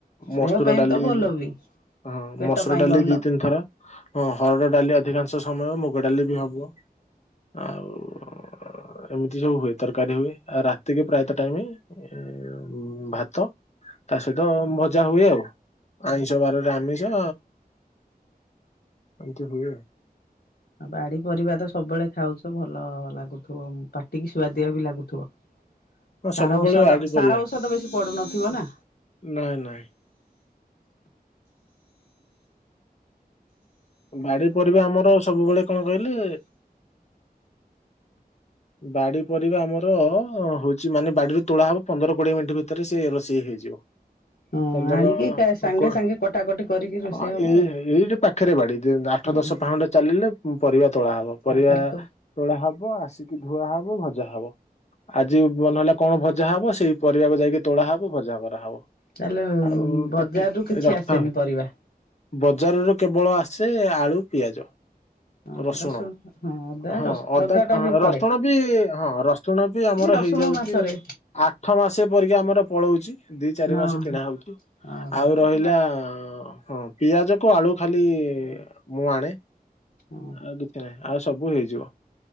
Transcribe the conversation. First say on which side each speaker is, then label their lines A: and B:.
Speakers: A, on the left; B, on the left.
A: ମସ୍ତୁର
B: ଦେହ ପାଇଁ
A: ଡାଲି
B: ତ ଭଲ ବି।
A: ହଁ
B: ପେଟ
A: ମସୁର
B: ପାଇଁ
A: ଡାଲି
B: ଭଲ
A: ଦି ତିନି ଥର ହଁ ହରଡ ଡାଲି ଅଧିକାଂଶ ସମୟ ମୁଗ ଡାଲି ବି ହବ ଆଉ ଏମିତି ସବୁ ହୁଏ ତରକାରୀ ହୁଏ ଆଉ ରାତିକ ପ୍ରାୟତଃ ଟାଇମି ଉଁ ଭାତ ତା ସହିତ ଭଜା ହୁଏ ଆଉ ଆଇଁଷ ବାରରେ ଆମିଷ ଏମତି ହୁଏ
B: ଆ ବାଡି ପରିବା ତ ସବୁବେଳେ ଖାଉଛ ଭଲ ଲାଗୁଥିବ ପା ଟିକେ ସୁ୍ୱାଦିଆ ବି ଲାଗୁଥିବ ସାର
A: ସବୁବେଳେ
B: ଔଷଧ
A: ବାଡି
B: ସାର
A: ପରିବା
B: ଔଷଧ ବେଶୀ ପଡୁନଥିବ ନା
A: ନାଇଁ ନାଇଁ ବାଡି ପରିବା ଆମର ସବୁବେଳେ କଣ କହିଲେ ବାଡି ପରିବା ଆମର ହଉଛି ମାନେ ବାଡିରୁ ତୋଳା ହବ ପନ୍ଦର କୋଡିଏ ମିନିଟ ଭିତରେ ସେ ରୋଷେଇ ହେଇଯିବ
B: ହଁ।
A: ପନ୍ଦର
B: ଆଣିକି ସାଙ୍ଗେ
A: କୋ
B: ସାଙ୍ଗେ କଟାକଟି କରିକି ରୋଷେଇ
A: ହଁ
B: ହବ
A: ଏଇ
B: ଆଉ।
A: ଏଇଟ ପାଖରେ ବାଡି ଆଠ
B: ହଁ
A: ଦଶ
B: ହଁ
A: ପାହୁଣ୍ଡ ଚାଲିଲେ ପରିବା ତୋଳା ହବ ପରିବା
B: ଆଉ ତାହେଲେ ତ
A: ତୋଳା ହବ ଆସିକି ଧୁଆ ହବ ଭଜା ହବ ଆଜି ମନ ହେଲା କଣ ଭଜା ହବ ସେଇ ପରିବାକୁ ଯାଇକି ତୋଳା ହବ ଭଜା କରାହବ
B: ତାହେଲେ
A: <unintelligible>
B: ବଜାରରୁ
A: ଆଉଛି
B: କିଛି
A: ରଖ
B: ଆସେନି ପରିବା।
A: ବଜାରରୁ କେବଳ ଆସେ ଆଳୁ ପିଆଜ
B: ହଁ
A: ରସୁଣ
B: ହଁ ଅଦା
A: ହଁ
B: ରସୁଣ
A: ଅଦା
B: ଟା ବି
A: ର
B: ପଡେ
A: ରସୁଣ ବି ହଁ ରସୁଣ ବି ଆମର
B: ରସୁଣ
A: ହେଇଯାଉଛି
B: ମାସରେ।
A: ଆଠ ମାସ ପରିକା ଆମର ପଳଉଛି ଦି ଚାରି
B: ହଁ
A: ମାସ କିଣା ହଉଛି
B: ଓହୋ
A: ଆଉ
B: ଏଟା
A: ରହିଲା
B: ତ ବାଡି
A: ହଁ ପିଆଜ କୁ ଆଳୁ ଖାଲି ମୁଁ ଆଣେ। ଆଉ
B: ଓ
A: କିଛି ନାହିଁ। ଆଉ ସବୁ ହେଇଯିବ।